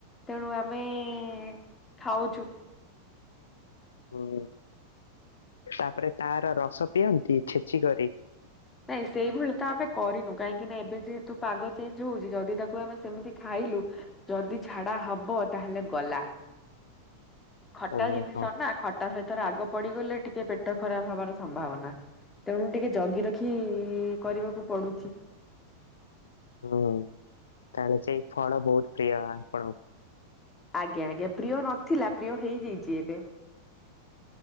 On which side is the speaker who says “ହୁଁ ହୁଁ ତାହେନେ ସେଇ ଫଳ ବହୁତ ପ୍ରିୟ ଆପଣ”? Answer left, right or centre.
Left